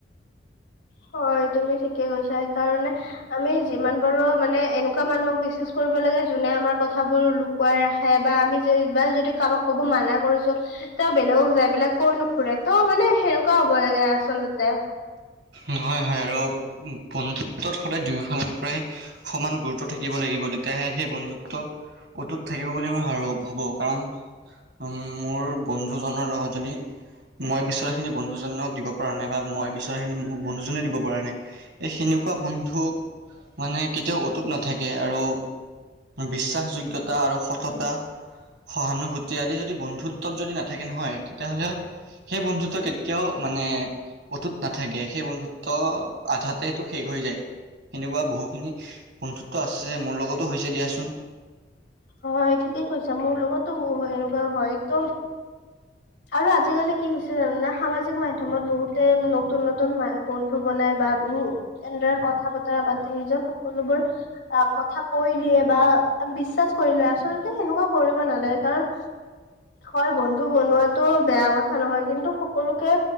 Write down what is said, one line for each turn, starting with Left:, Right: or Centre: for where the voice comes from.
Left: হয় তুমি ঠিকে কৈছা কাৰণে আমি যিমান পাৰো মানে এনেকুৱা মানুহক বিশ্বাস কৰিব লাগে, যোনে আমাৰ কথাবোৰ লো লোকাই ৰাখে বা আমি বা যদি কাৰোবাক কব মানা কৰিছো তেওঁ বেলেগক যাই পেলাই কৈ নুফুৰে। ত, মানে সেনেকুৱা হ'ব লাগে আচলতে।
Right: নহয় হয় আৰু বন্ধুত্বত সদায় দুয়োফালৰ পৰাই সমান গুৰুত্ব থাকিব লাগিব তেতিয়াহে সেই বন্ধুত্ব অটুত থাকিব বুলি মই ভাবো কাৰণ উম, মোৰ বন্ধুজনৰ লগত যদি মই বিচৰা খিনি বন্ধুজনক দিব পৰা নাই বা মই বিচৰা খিনি মোক বন্ধু জনে দিব পৰা নাই এই সেনেকুৱা বন্ধুক মানে কেতিয়াও অটুত নাথাকে আৰু বিশ্বাসযোগ্যয়ত আৰু সততা সহানুভূতি আদি যদি বন্ধুত্বত যদি নাথাকে নহয় তেতিয়াহ'লে সেই বন্ধুতটো কেতিয়াও মানে অতুত নাথাকে। সেই বন্ধুত্ব আধাতে সেইটো শেষ হৈ যায়। সেনেকুৱা বহুখিনি বন্ধুত্ব আছে মোৰ লগতো হৈছে দিয়াচোন।
Left: হয় ঠিকে কৈছা মোৰ লগতো এনেকুৱা হয় ত আৰু আজিকালি কি হৈছে জানা নে সামাজিক মাধ্যমত বহুতে নতুন-নতুন বন্ধু বনাই বা উ কথা বতৰা পাতি নিজৰ সকলোবোৰ কথা কৈ দিয়ে বা বিশ্বাস কৰি লয় আচলতে সেনেকুৱা কৰিব নালাগে কাৰণ হয় বন্ধু বনোৱাতটো বেয়া কথা নহয় কিন্তু সকলোকে